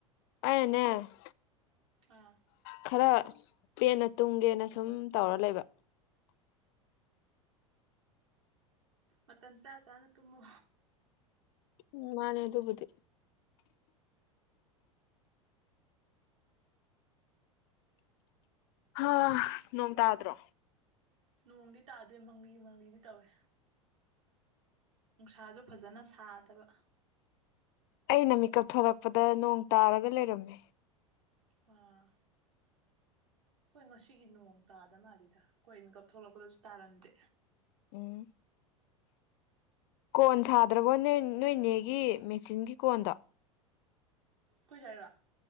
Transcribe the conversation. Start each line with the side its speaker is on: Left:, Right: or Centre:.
Left: ꯑꯩꯅꯥꯅꯦ
Right: ꯑꯥ
Left: ꯈꯔ ꯄꯦꯟꯅ ꯇꯨꯝꯒꯦꯅ ꯁꯨꯝ ꯇꯧꯔ ꯂꯩꯕ
Right: ꯃꯇꯝ ꯆꯥ ꯆꯥꯅ ꯇꯨꯝꯃꯨ
Left: ꯎꯝ ꯃꯥꯅꯦ ꯑꯗꯨꯕꯨꯗꯤ ꯍꯥ ꯅꯣꯡꯃꯇ꯭ꯔꯣ
Right: ꯅꯣꯡꯗꯤ ꯇꯥꯗꯦ ꯃꯪꯂꯤ ꯃꯪꯂꯤꯗꯤ ꯇꯧꯏꯦ ꯅꯨꯡꯁꯥꯖꯨ ꯐꯖꯅ ꯁꯥꯗꯕ
Left: ꯑꯩꯅ ꯃꯤꯀꯞ ꯊꯂꯛꯄꯗ ꯅꯣꯡ ꯇꯥꯔꯒ ꯂꯩꯔꯝꯃꯦ
Right: ꯑꯥ ꯍꯣꯏ ꯉꯁꯤꯒꯤ ꯅꯣꯡ ꯇꯥꯗꯅꯜꯂꯤꯗ ꯑꯩꯈꯣꯏ ꯃꯤꯀꯞ ꯊꯣꯛꯂꯛꯄꯗꯁꯨ ꯇꯥꯔꯝꯗꯦ
Left: ꯎꯝ ꯀꯣꯟ ꯁꯥꯗ꯭ꯔꯕꯣ ꯅꯦ ꯅꯣꯏꯅꯦꯒꯤ ꯃꯦꯆꯤꯟꯒꯤ ꯀꯣꯟꯗꯣ
Right: ꯀꯣꯏꯖꯦ ꯍꯥꯏꯔꯣ